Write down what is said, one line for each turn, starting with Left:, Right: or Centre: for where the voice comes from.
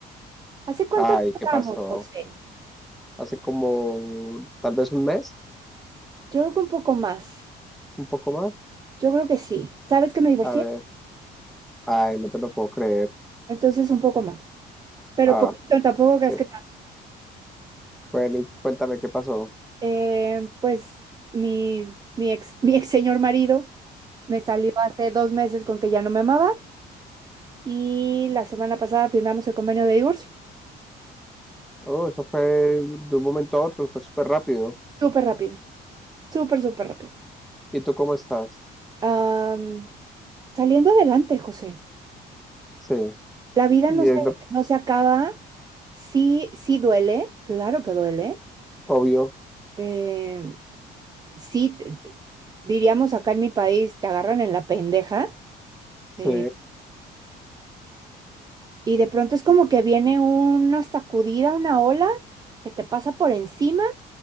Right: ¿hace cuánto
Centre: Ay,
Right: no
Centre: ¿qué
Right: hablamos,
Centre: pasó?
Right: José?
Centre: Hace como tal vez un mes,
Right: Yo creo que un poco más.
Centre: un poco más.
Right: Yo creo que sí. ¿Sabes que me divorcié?
Centre: A ver, ay, no te lo puedo creer.
Right: Entonces un poco más. Pero
Centre: Ah,
Right: poquito, tampoco creas
Centre: sí.
Right: que tanto.
Centre: Bueno, y cuéntame qué pasó.
Right: Eh, pues mi, mi ex, <laughs> mi ex señor marido me salió hace dos meses con que ya no me amaba. y la semana pasada firmamos el convenio de divorcio.
Centre: Oh, eso fue de un momento a otro, fue súper rápido.
Right: Súper rápido, súper, súper rápido.
Centre: ¿Y tú cómo estás?
Right: Am, saliendo adelante, José.
Centre: Sí,
Right: La vida
Centre: y
Right: no se,
Centre: es lo
Right: no se acaba. Sí, sí duele, claro que duele.
Centre: obvio,
Right: Eh, sí, te- te- diríamos acá en mi país, te agarran en la pendeja. eh,
Centre: sí,
Right: y de pronto es como que viene una sacudida, una ola que te pasa por encima